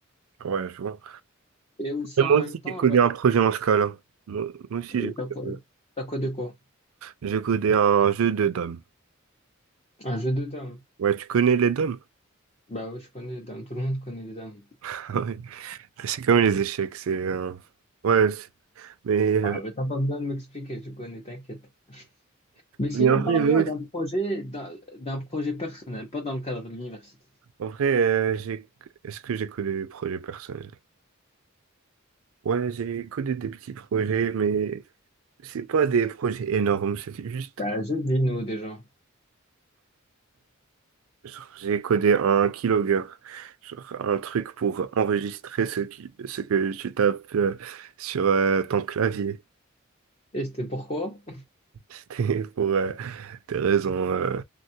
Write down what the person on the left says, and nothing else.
Et aussi
en même
temps,
genre,
et
t'as quoi t'as codé quoi?
Un jeu de dames.
Bah oui, je connais les dames. Tout le monde connaît les dames.
Ah, mais t'as pas besoin de m'expliquer, je connais, t'inquiète. Mais sinon,
parle-moi
d'un projet, d'un d'un projet personnel, pas dans le cadre de l'université.
Bah, je dis nous déjà.
Et c'était pourquoi?